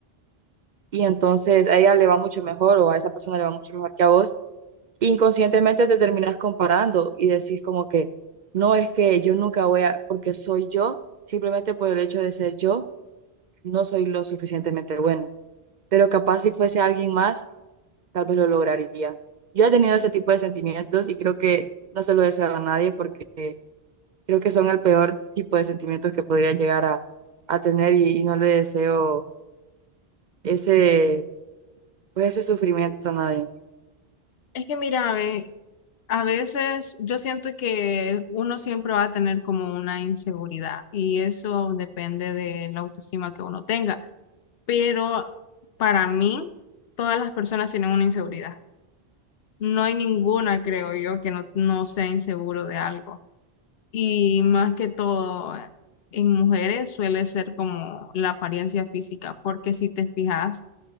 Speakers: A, on the right; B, on the left.
A: y entonces a ella le va mucho mejor o a esa persona le va mucho mejor que a vos inconscientemente te terminas comparando y decís como que no es que yo nunca voy a, porque soy yo, simplemente por el hecho de ser yo, no soy lo suficientemente bueno. Pero capaz si fuese alguien más, tal vez lo lograría. Yo he tenido ese tipo de sentimientos y creo que no se lo deseo a nadie porque creo que son el peor tipo de sentimientos que podría llegar a, a tener y, y no le deseo ese, pues ese sufrimiento a nadie.
B: Es que mira, a ve, a veces yo siento que uno siempre va a tener como una inseguridad y eso depende de la autoestima que uno tenga, pero para mí todas las personas tienen una inseguridad No hay ninguna, creo yo, que no, no sea inseguro de algo. Y más que todo, en mujeres suele ser como la apariencia física, porque si te fijas